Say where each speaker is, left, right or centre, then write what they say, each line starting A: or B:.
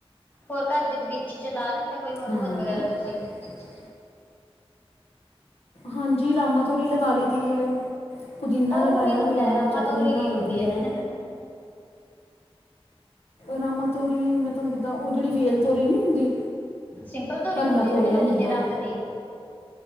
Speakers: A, on the left; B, on the left.
A: ਹੋਰ ਘਰ ਦੀ ਬਗੀਚੀ ਚ ਲਾ ਰੱਖਿਆ ਕੋਈ ਹੋਰ
B: ਹਾਂ
A: ਭੁੰਨ ਵਗੈਰਾ ਤੁਸੀਂ?
B: <inaudible> ਹਾਂਜੀ ਰਾਮਾ ਤੋਰੀ ਲਗਾ ਲਈ ਦੀਏ। ਪੁਦੀਨਾ
A: ਉਹ
B: ਲਗਾਇਆ
A: ਕੀ ਹੁੰਦਾ
B: ਹੋਇਆ
A: ਹੈ ਰਾਮਾ
B: ਚਟਨੀ
A: ਤੋਰੀ
B: ਬਣਾ
A: ਕੀ
B: ਲਈ
A: ਹੁੰਦੀ
B: ਦੀ
A: ਹੈ?
B: ਐ। ਰਾਮਾ ਤੋਰੀ ਮੈਂ ਤੁਹਾਨੂੰ ਕਿੱਦਾਂ ਓ ਜਿਹੜੀ ਵੇਲ ਤੋਰੀ ਨੀ ਹੁੰਦੀ?
A: ਸਿੰਪਲ ਤੋਰੀ
B: ਹਰੀਆਂ
A: ਹੁੰਦੀ ਆ
B: ਤੋਰੀਆਂ
A: ਜਿਹੜੇ
B: ਹੁੰਦੀਆਂ
A: ਹਰੇ ਜੇ ਰੰਗ ਦੀ?